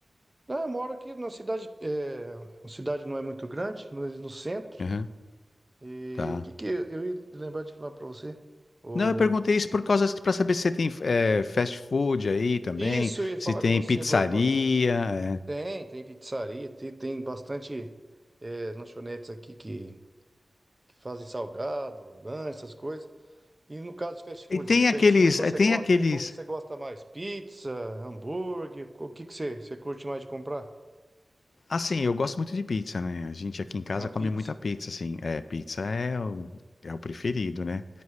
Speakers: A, on the right (about 20°); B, on the left (about 75°).
A: Ah, eu moro aqui na cidade, é, a cidade não é muito grande, mas no centro.
B: Aham,
A: E
B: Tá.
A: o que, que eu ia lembrar de falar para você? O,
B: Não, eu perguntei isso por causa para saber se você tem eh, fast food aí também,
A: Isso, eu ia
B: se
A: falar
B: tem
A: com você
B: pizzaria.
A: agora, agora.
B: é.
A: Tem, tem pizzaria, tem, tem bastante é, lanchonetes aqui que, que fazem salgado, lanche, essas coisas. E no caso de fast food,
B: E tem
A: do
B: aqueles,
A: fast food você
B: eh, tem
A: gosta
B: aqueles.
A: também? Qual que você gosta mais? Pizza, hambúrguer? O que que você, você curte mais de comprar?
B: Assim, eu gosto muito de pizza, né? A gente aqui em casa
A: Ah, pizza.
B: come muita pizza, assim. É, pizza é o, é o preferido, né?